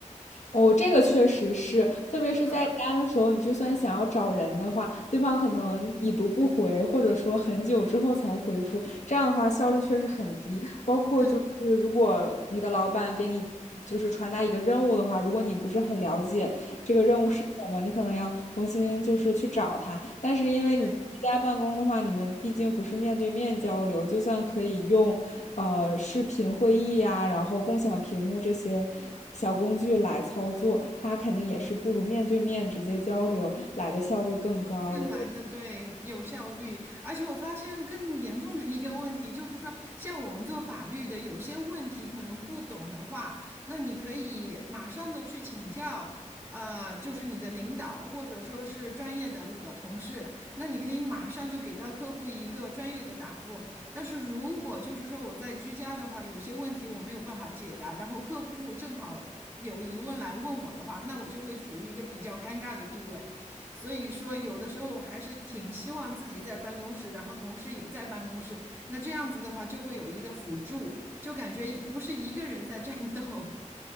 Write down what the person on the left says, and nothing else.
哦，这个确实是，特别是在家的时候，
你就算想要找人的话，对方可能已读不回，或者说很久之后才回复，这样的话效率确实很低。包括就是如果你的老板给你就是传达一个任务的话，
如果你不是很了解这个任务是什么，
你可能要重新就是去找他。但是因为你居家办公的话，
你们毕竟不是面对面交流，就算可以用呃视频会议呀，然后共享屏幕这些小工具来操作，它肯定也是不如面对面直接交流来的效率更高的。